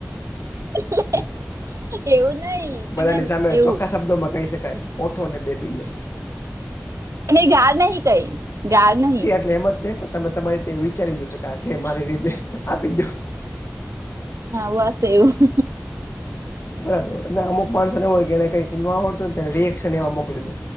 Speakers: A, on the right; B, on the left.
A: <inaudible> એવું નહી પણ
B: બધાની
A: એમ
B: સામે
A: એવું
B: ચોખ્ખા શબ્દો માં કહી શકાય કોઠોને બે બીલો
A: અને ગાળ નહિ કઈ ગાળ નહી.
B: એમાં તે પણ તમે તમારી તે વિચારી લો તો કે છે મારી રીતે આપીજ
A: વાસ એવું હ હ
B: બરાબર ના અમુક માણસોને હોય કેને કઈ ન આવડતું તને રીએક્શન એવા મોકલી દે